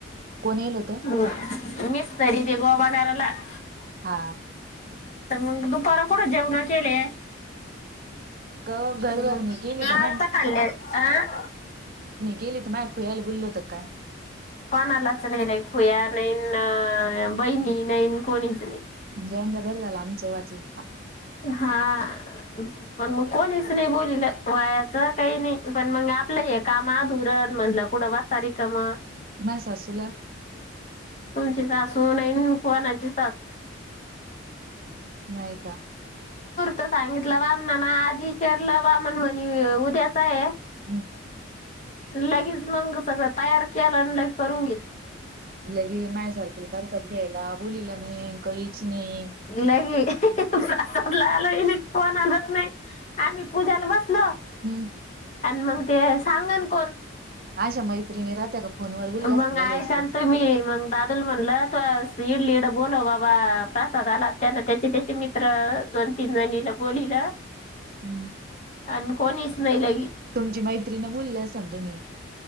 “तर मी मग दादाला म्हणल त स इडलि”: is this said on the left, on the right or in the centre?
Left